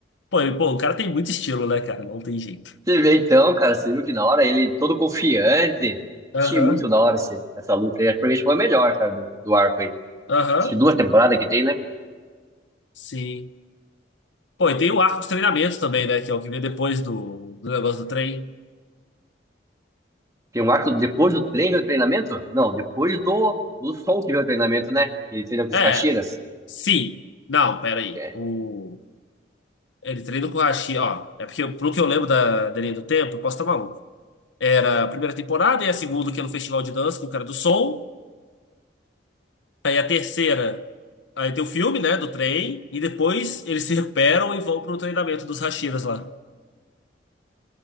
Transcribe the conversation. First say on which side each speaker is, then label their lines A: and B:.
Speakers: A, on the left (about 80°); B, on the right (about 20°).
A: Pô, e, pô, o cara tem muito estilo, né, cara? Não tem jeito.
B: Você vê então, cara, você viu que na hora ele todo confiante.
A: Aham,
B: Achei muito da hora esse, essa luta aí. Acho que Pra mim foi a melhor, cara, do, do arco aí.
A: aham.
B: Acho que duas temporadas que tem, né?
A: Sim. Pô, e tem o arco de treinamento também, né? Que é o que vem depois do, do negócio do trem.
B: Tem um arco depois do treino do treinamento? Não, depois do, do som que vem o treinamento, né? E ele treina com
A: É,
B: os Hashiras.
A: sim. Não, peraí.
B: É.
A: O, ele treina com o Hashi, ó. É porque, pelo que eu lembro da, da linha do tempo, eu posso estar maluco. Era a primeira temporada, e a segunda, que é no Festival de Dança com o cara do Soul. Aí a terceira, aí tem o filme, né? Do trem. E depois eles se recuperam e vão pro treinamento dos Hashiras lá.